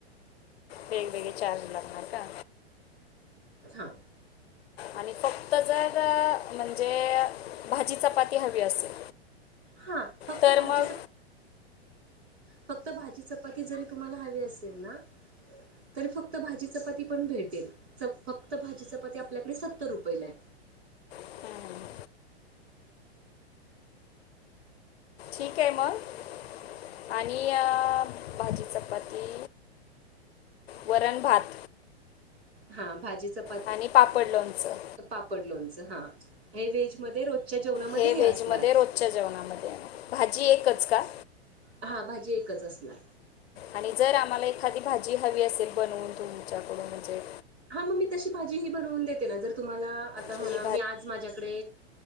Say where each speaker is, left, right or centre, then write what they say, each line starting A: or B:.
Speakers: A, on the left; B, on the right.
A: वेगवेगळे चार्ज लागणार का?
B: हां.
A: आणि फक्त जर म्हणजे भाजी चपाती हवी असेल.
B: हा फक्त
A: तर
B: भाजीच
A: मग
B: फक्त भाजी चपाती जरी तुम्हाला हवी असेल ना. तरी फक्त भाजी चपाती पण भेटेल. फक्त भाजीच पते आपल्याकडे सत्तर रुपयेला आहे.
A: हं, ठीक आहे मग आणि भाजी चपाती वरण भात
B: हा भाजीचं.
A: आणि पापड लोणचं.
B: पापड लोणचं हां हे व्हेजमध्ये रो जेवणामध्ये
A: हे व्हेजमध्ये
B: असणार.
A: रोजच्या जेवणामध्ये आहे. भाजी एकच का
B: हा भाजी एकच असणार.
A: आणि जर आम्हाला एखादी भाजी हवी असेल बनवून तुमच्याकडून म्हणजे
B: हा मग मी तशी भाजी ही बनवून देते ना जर तुम्हाला? आता म्हणा
A: की ही
B: मी आज माझ्याकडे